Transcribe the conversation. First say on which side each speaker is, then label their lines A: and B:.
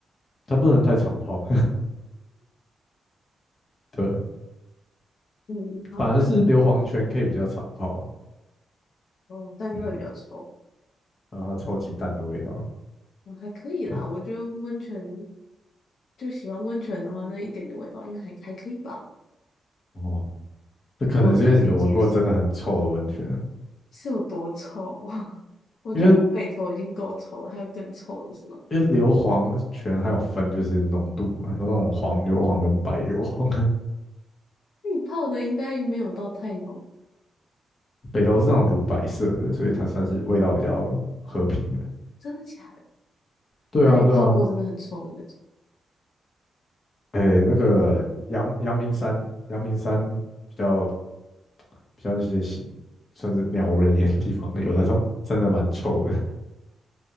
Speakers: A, on the left; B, on the left.
A: 它不能太常泡。<laughs> 对，
B: 嗯，好，
A: 反而是硫磺泉可以比较常泡。
B: <laughs> 哦，但就会比较臭。
A: 嗯，然后超级淡的味道。
B: 哦，还可以啦，
A: 对，
B: 我觉得温泉就喜欢温泉的话，那一点点味道应该还还可以吧，
A: 哦，这可能是因为你没闻过真的很臭的温泉啊，
B: 我自己可以接受。是有多臭啊？<laughs> 我觉得北投已经够臭了，
A: 因为
B: 还有更臭的是吗？
A: 因为硫磺泉还有分就是浓度嘛，有那种黄硫磺跟白硫磺，
B: 那你泡的应该没有到太浓，
A: <laughs> 北投是那种乳白色的，所以它算是味道比较和平的。
B: 真的假的？
A: 对啊，
B: 那你有泡过真的很臭的那种？
A: 对啊，诶，那个阳阳明山，阳明山比较比较一些是算是鸟无人烟的地方，有那种真的蛮臭的。